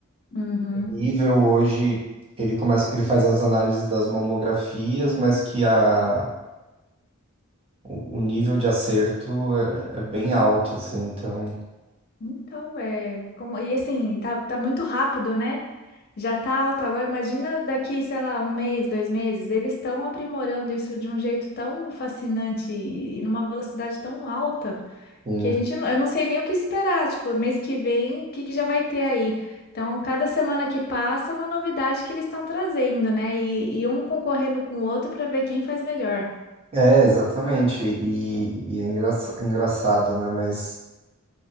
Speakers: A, on the left; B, on the right.
A: Uhum.
B: nível hoje, ele começa, ele faz as análises das mamografias, mas que a, o, o nível de acerto é, é bem alto, assim, então,
A: Então, é, como, e assim, tá, tá muito rápido, né? Já tá alto agora. Imagina daqui, sei lá, um mês, dois meses. Eles estão aprimorando isso de um jeito tão fascinante e e numa velocidade tão alta
B: sim.
A: que a gente não, eu não sei nem o que esperar. Tipo, mês que vem, o que que já vai ter aí? Então, cada semana que passa é uma novidade que eles estão trazendo, né? E, e um concorrendo com o outro para ver quem faz melhor.
B: É, exatamente, e, e é engra- engraçado, né, mas